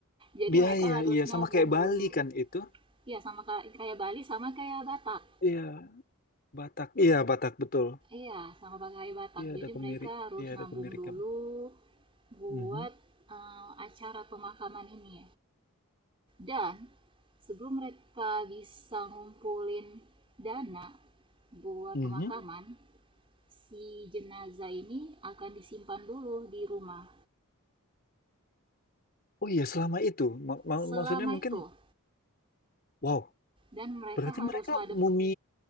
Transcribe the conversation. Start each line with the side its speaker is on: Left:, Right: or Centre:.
Right: Jadi
Left: biaya,
Right: mereka harus
Left: iya
Right: nabung
Left: sama kayak Bali
Right: dulu.
Left: kan itu.
Right: ya sama kayak Bali sama kayak Batak.
Left: Iya, Batak. Iya, Batak betul.
Right: Iya, sama pakai Batak.
Left: Iya,
Right: Jadi
Left: ada kemiri.
Right: mereka harus
Left: Iya, ada
Right: nabung
Left: kemirikan.
Right: dulu buat
Left: Mhm.
Right: eh, acara pemakaman ini. Dan sebelum mereka bisa ngumpulin dana buat
Left: Mhm.
Right: pemakaman, si jenazah ini akan disimpan dulu di rumah.
Left: Oh iya, selama itu. Ma- ma-
Right: Selama
Left: maksudnya mungkin
Right: itu,
Left: wow,
Right: dan mereka
Left: berarti
Right: harus
Left: mereka
Right: hadap,
Left: mumi